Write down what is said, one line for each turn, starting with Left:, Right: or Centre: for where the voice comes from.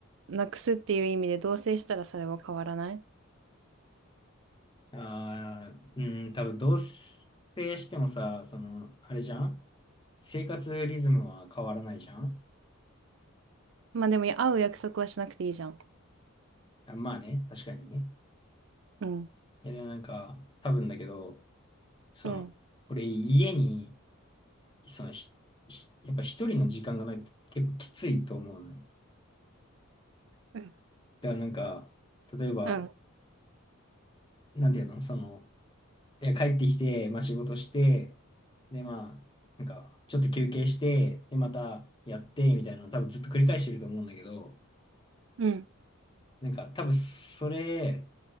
Right: なくすっていう意味で同棲したらそれは変わらない
Left: ああ、うん、多分同棲してもさ、その、あれじゃん生活リズムは変わらないじゃん
Right: まあでも会う約束はしなくていいじゃん。
Left: あ、まあね、確かにね。
Right: うん。
Left: いや、でもなんか、多分だけど、その、
Right: うん。
Left: 俺家に、その、ひ、ひやっぱ一人の時間がないと結構きついと思うのよ。
Right: うん。
Left: だからなんか、例えば、
Right: うん。
Left: なんていうのその、え帰ってきて、まあ仕事して、で、まあ、なんか、ちょっと休憩して、で、またやって、みたいなの多分ずっと繰り返してると思うんだけど、
Right: うん。
Left: なんか多分それ